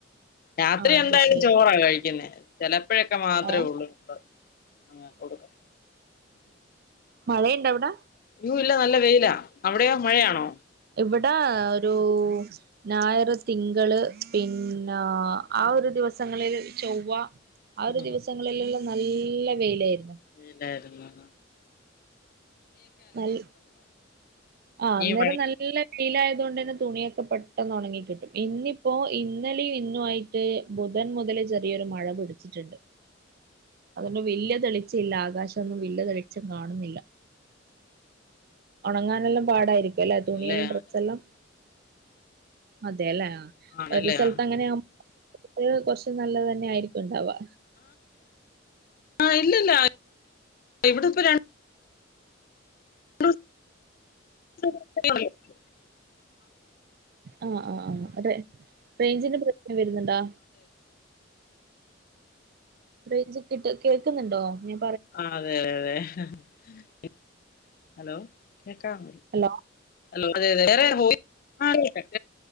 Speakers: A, on the left; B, on the right.
A: രാത്രി
B: ആഹ് അത്
A: എന്തായാലും
B: ശരി
A: ചോറാ കഴിക്കുന്നേ ചെലപ്പോഴൊക്കെ മാത്രേ
B: ഏഹ്
A: ഉള്ളൂ ചപ്പാത്തി അഹ് കൊടുക്കാം
B: മഴയുണ്ടവിട?
A: <unintelligible> ഇല്ല നല്ല വെയിലാ അവിടെയോ മഴയാണോ?
B: ഇവിടെ ഒരു ഞായർ തിങ്കള് പിൻ ആ, ആ
A: ഉം
B: ഒരു ദിവസങ്ങളിൽ ചൊവ്വ ആ ഒരു
A: ഉം
B: ദിവസങ്ങളിലുള്ള നല്ല വെയിലായിരുന്നു
A: വെയിലായിരുന്നു എന്നു
B: നൽ ആ
A: നീ
B: അന്നേരം
A: വഴി
B: നല്ല <unintelligible> ലായത് കൊണ്ട് തന്നെ തുണിയൊക്കെ പെട്ടെന്ന് ഒണങ്ങി ഇന്നിപ്പോ ഇ ഇന്നലെയും ഇന്നു ആയിട്ട് ബുധൻ മുതലേ ചെറിയൊരു മഴ പിടിച്ചിട്ട്ണ്ട് അതിന് വെല്യ തെളിച്ച ഇല്ല ആകാശൊന്നും വല്യ തെളിച്ചം കാണുന്നില്ല ഒണങ്ങാനെല്ലാം പാടായിരിക്കും അല്ലെ തുണിയെല്ലാം
A: അല്ലേ
B: ഡ്രെസ്സെല്ലാം അതേല്ലേ
A: ആണല്ലേ
B: ഒരു സ്ഥലത്ത്
A: ആ
B: അങ്ങനെയാ കുട്ടികൾ കൊറച്ച് നല്ലത് തന്നെ ആയിരി ണ്ടാവാ
A: ആ ഇല്ലല്ല ഇവിടെ ഇപ്പ ര <unintelligible>
B: ആ ആ ആ അതെ റെയ്ഞ്ചിന്റെ വര്ന്ന്ണ്ടാ റെയ്ഞ്ച് കിട്ട് കേക്ക്ന്ന്ണ്ടോ ഞാ
A: ആ അതെ അതെ അതെ ഹലോ കേക്കാം
B: ഹലോ
A: അ അതെതെ വേറെ <unintelligible>